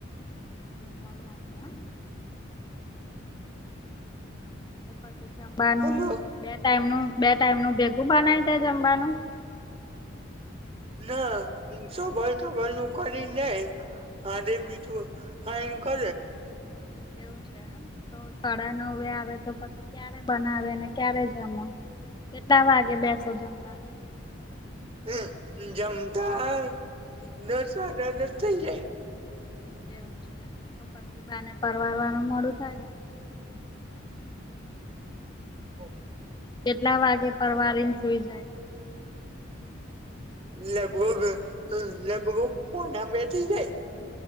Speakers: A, on the left; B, on the right.
A: એટલે મોડો આવે. તો પછી જમવાનું,
B: બોલો
A: બે ટાઈમનું બે ટાઈમનું ભેગું બનાવી દે, જમવાનું.
B: ના સભર તભર ન કરી નને <unintelligible> હા, રે બીટું હા, એ કે.
A: એવું છે, એમ તો સાડા નવ વે આવે, તો પ ક્યારે બનાવે ને, ક્યારે જમો કેટલા વાગે બેસો? જમતા
B: હમ, જમતા દસ જ થઇ જાય.
A: એવું છે તો પછી બાને પરવારવાનું મોળું થાય ને.
B: ઓકે.
A: કેટલા વાગે પરવારીને સુઈ જાય.
B: લગભગ-લગભગ પોણા બે થઈ જાય.